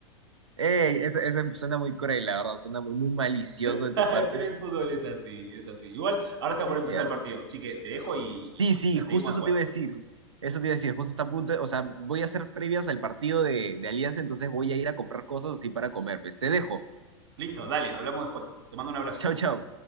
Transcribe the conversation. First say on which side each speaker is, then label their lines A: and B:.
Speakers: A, on the right; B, on the right.
A: Ey, ese, ese suena muy cruel, la verdad, suena muy, muy malicioso
B: <laughs>
A: de tu parte.
B: Pero el fútbol es así, es así. Igual, ahora está por
A: Es
B: empezar
A: cierto.
B: el partido, así que te dejo y, y
A: Sí, sí,
B: y la
A: justo
B: seguimos
A: eso
B: después.
A: te iba a decir. Eso te iba a decir, justo está a punto, de- o sea, voy a hacer previas al partido de, de Alianza, entonces voy a ir a comprar cosas así para comer. Pues te dejo.
B: Listo, dale, hablamos después. Te mando un abrazo.
A: Chao, chao.